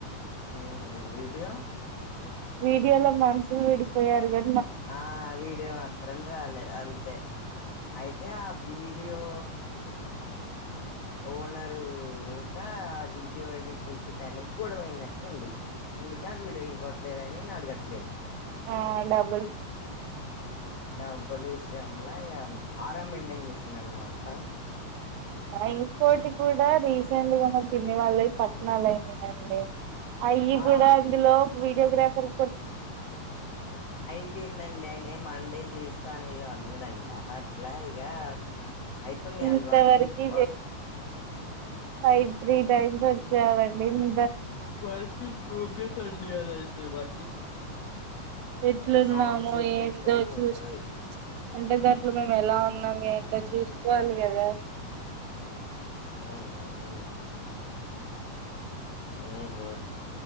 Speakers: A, on the left; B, on the right.
A: ఆహ వీడియో
B: వీడియో లో మనుషులు విడిపోయారు గా
A: ఆ వీడియో మాత్రం రాలే అంతే అయితే ఆ వీడియో ఓనరు ఇంకా ఆ వీడియో ఎడిట్ చేసటానికి గొడవైనట్టుంది అందుకే ఆ వీడియో ఇవ్వట్లేదని నాడ్ లేద్
B: ఆ డబ్
A: డబ్బులు విషయంల ఎం ఆర్ ఎమ్ మెయింటైన్ నన్న మాట
B: రైన్ కోట్ కూడా రీసెం తినేవాళ్ళ పట్టణాల అయినాయంండి అయ్యి
A: ఆ
B: కూడా అందులో ఫోటోగ్రాఫర్
A: ఐపోయిందండి అయినా మండే జీర్స్తాన్ ఇద ఉండడంట అట్లా ఇగ అయితున్నయి
B: ఇంతవరకు
A: అవి వర్క్ ఇన్ వర్క్
B: ఫైవ్ త్రీ టైమ్స్ వచ్చావండి ము
A: వర్క్ ఇన్ ప్రోగ్రెస్ అండి అదయితే మ
B: ఎట్లున్నాముో
A: సాంగ్స్ పెట్టేస్తే
B: ఏందో
A: అయిపోతది
B: చూసి అంటే దాంట్లో మేము ఎలా ఉన్నాం ఏంటో చసుకోలుగద
A: ఊహు ఊహు